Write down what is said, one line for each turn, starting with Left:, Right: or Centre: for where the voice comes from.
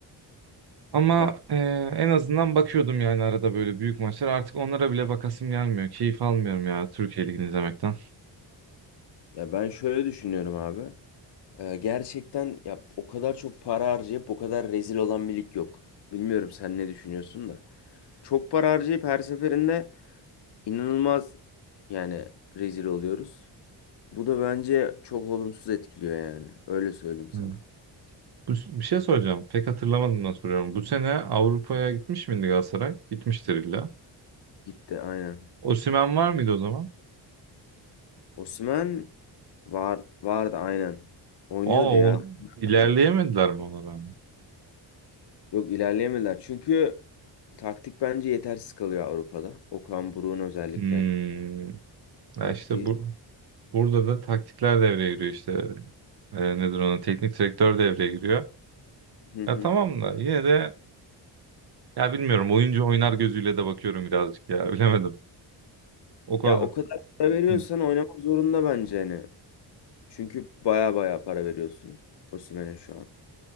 Right: Ama
Left: Ya,
Right: e, en azından bakıyordum yani arada böyle büyük maçlar. Artık onlara bile bakasım gelmiyor. Keyif almıyorum ya Türkiye Ligi'ni izlemekten.
Left: ya ben şöyle düşünüyorum abi. Ee, gerçekten ya o kadar çok para harcayıp o kadar rezil olan bir lig yok. Bilmiyorum sen ne düşünüyorsun da. Çok para harcayıp her seferinde inanılmaz yani rezil oluyoruz. Bu da bence çok olumsuz etkiliyor yani. Öyle söyleyeyim sana.
Right: Evet. Bu, bir şey soracağım. Pek hatırlamadığımdan soruyorum. Bu sene Avrupa'ya gitmiş miydi Galatasaray? Gitmiştir illa.
Left: Gitti aynen.
Right: Osimhen var mıydı o zaman?
Left: Osimhen var vardı aynen. Oynuyordu
Right: Aa,
Left: ya
Right: o, ilerleyemediler
Left: aynen.
Right: mi ona rağmen?
Left: Yok ilerleyemediler. Çünkü taktik bence yetersiz kalıyor Avrupa'da. Okan Buruk'un özellikle
Right: Hmm. Ya
Left: taktiği.
Right: işte bu, burada da taktikler devreye giriyor işte. Ee, nedir ona? Teknik direktör devreye giriyor.
Left: Hı hı.
Right: Ya tamam da yine de ya bilmiyorum. Oyuncu oynar gözüyle de bakıyorum birazcık ya. <laughs> Bilemedim. O kadar.
Left: Ya o kadar para veriyorsan
Right: Hı.
Left: oynamak zorunda bence hani. Çünkü baya baya para veriyorsun Osimhen'e şu an.